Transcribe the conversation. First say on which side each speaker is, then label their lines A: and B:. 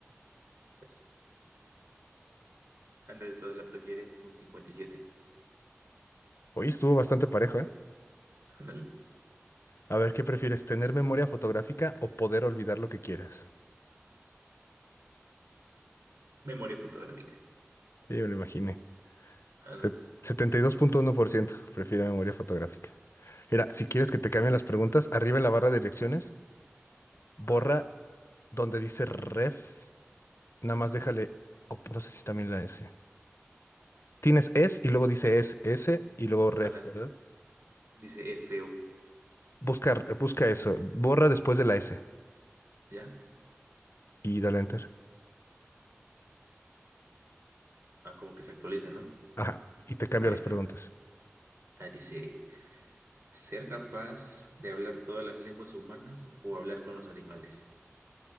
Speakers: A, on the right; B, on the left.
A: <laughs> Ándale, todos la prefieren un 57.
B: Hoy estuvo bastante parejo, ¿eh?
A: Ándale.
B: A ver, ¿qué prefieres? ¿Tener memoria fotográfica o poder olvidar lo que quieras?
A: Memoria fotográfica.
B: Sí, me lo imaginé.
A: Ándale.
B: Se- setenta y dos punto uno por ciento prefiere memoria fotográfica. Mira, si quieres que te cambien las preguntas, arriba en la barra de direcciones, borra
A: A ver.
B: donde dice ref, nada más déjale, o no sé si también la S. Tienes es y luego dice es, S y luego ref,
A: Ándale.
B: ¿verdad?
A: Dice es feo.
B: Busca, busca eso, borra después de la S
A: ¿Ya?
B: y dale enter.
A: Ah, como que se actualiza, ¿no?
B: Ajá, y te cambia
A: Ahí
B: las
A: está.
B: preguntas.
A: Ah, dice ser capaz de hablar todas las lenguas humanas o hablar con los animales.